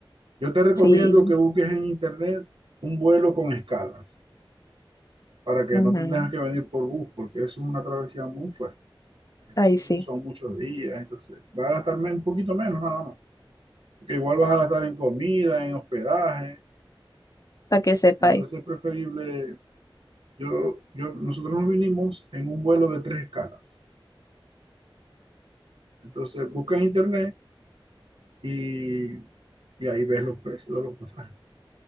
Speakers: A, on the right; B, on the left.
A: Yo te recomiendo
B: Sí.
A: que busques en internet un vuelo con escalas para que
B: ujú,
A: no te tengas que venir por bus, porque eso es una travesía muy fuerte.
B: Ahí
A: Son,
B: sí,
A: son muchos días, entonces vas a gastarme un poquito menos nada más, porque igual vas a gastar en comida, en hospedaje.
B: para que sepáis.
A: Entonces es preferible, yo, yo, nosotros nos vinimos en un vuelo de tres escalas. Entonces busca en internet y, y ahí ves los precios de los pasajes.